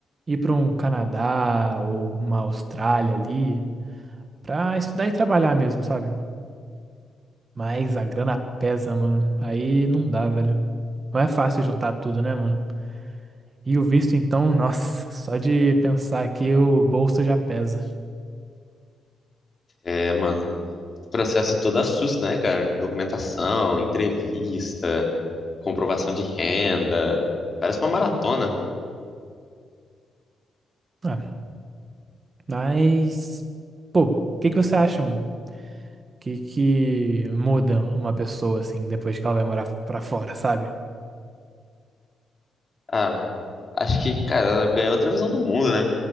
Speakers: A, on the right (about 35°); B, on the left (about 35°).
A: Ir pra um Canadá ou uma Austrália ali pra estudar e trabalhar mesmo, sabe? Mas a grana pesa, mano. Aí não dá, velho. Não é fácil juntar tudo, né, mano? E o visto, então, nossa, só de pensar aqui o bolso já pesa.
B: É, mano, o processo todo assusta, né, cara? Documentação, entrevista, comprovação de renda. Parece uma maratona.
A: Ah, mas, pô, o que que você acha, mano? O que que muda uma pessoa, assim, depois que ela vai morar pra fora, sabe?
B: Ah, Acho que, cara, ela ganhou outra visão do mundo, né?